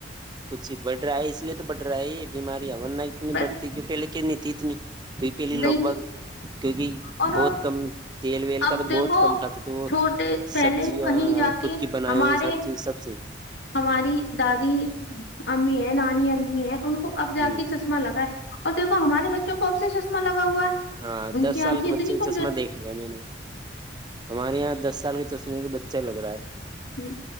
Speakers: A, on the right (about 20°); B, on the left (about 65°).
A: جی بڑھ رہا ہے اس لیے تو بڑ رہا یہ بیماریاں ورنہ اتنی
B: بس
A: بڑھتی کی پہلے کے نہیں تھی اتنی پہلیے لوگ
B: نہیں تھی
A: باگ کیونکہ
B: اور
A: بہت کم تیل ویل
B: اب
A: کا تو
B: دیکھو
A: بہت کم کھاتے تھے وہ
B: چھوٹے پہلے
A: سبزیاں
B: کہیں جا کے
A: خود کی بنائی
B: ہمارے
A: ہر چیز سب سے
B: ہماری دادی امی ہے نانی امی ہے ان کو اب جا
A: ہ
B: کے چ چشمہ لگا ہے اور دیکو ہمارے بچوں کو اب سے چشمہ لگا ہوا
A: ہاں
B: ان
A: دس
B: کی آنکھیں
A: سال کے
B: اتنی
A: بچے کا
B: کمزور
A: چشمہ دیکھ لیا میں نے ہمارے یہاں دس سال کے چشمے کے بچہ لگ رہا ہے
B: جی